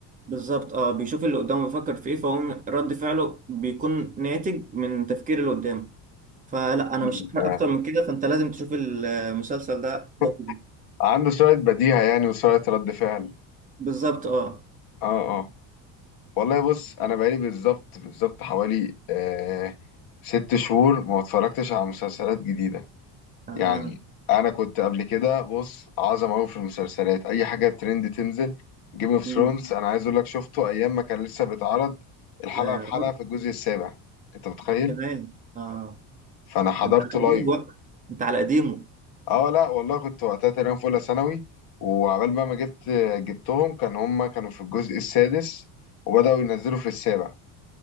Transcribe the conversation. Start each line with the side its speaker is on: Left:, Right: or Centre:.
Right: بالظبط اه بيشوف اللي قدامه بيفكر في ايه فهو رد فعله بيكون ناتج من تفكير اللي قدامه فلا انا
Left: عنده
Right: مش هحرق اكتر من كده فانت لازم تشوف المسلسل ده
Left: <laughs>
Right: ضروري.
Left: عنده سرعة بديهة يعني وسرعة رد فعل
Right: بالظبط اه
Left: اه اه والله بص انا بقالي بالظبط بالظبط حوالي آه ست شهور ما اتفرجتش على مسلسلات جديدة
Right: اها
Left: يعني انا كنت قبل كده بص عظم قوي في المسلسلات اي حاجه ترند تنزل جيم اوف
Right: مم.
Left: ثرونز انا عايز اقول لك شفته ايام ما كان لسه بيتعرض الحلقه
Right: يا
Left: بحلقه
Right: رب
Left: في الجزء السابع انت متخيل
Right: كمان اه
Left: فانا حضرته
Right: ده انت على
Left: لايف
Right: قديمه بقى انت على قديمه
Left: اه لا والله كنت وقتها تقريبا في اولى ثانوي وعبال بقى ما جبت جبتهم كان هما كانوا في الجزء السادس وبداوا ينزلوا في السابع